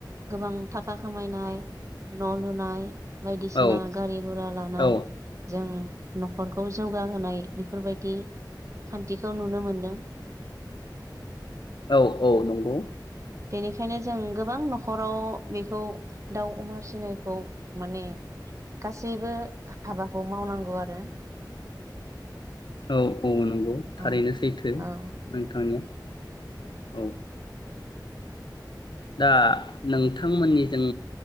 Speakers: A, on the right; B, on the left.
A: गोबां थाखा खामायनाय न' लुनाय बायदिसिना
B: औ
A: गारि गुरा लानाय
B: औ
A: जों न'खरखौ जौगाहोनाय बेफोरबायदि खान्थिखौ नुनो मोनदों।
B: औ औ नोंगौ
A: बेनिखायनो जों गोबां न'खराव बेखौ दाउ अमा फिसिनायखौ माने गासैबो हाबाखौ मावनांगौ आरो
B: औ औ नों गौ थारैनो
A: औ
B: सैथो नोंथांनिया
A: औ
B: औ दा नोंथांमोननिजों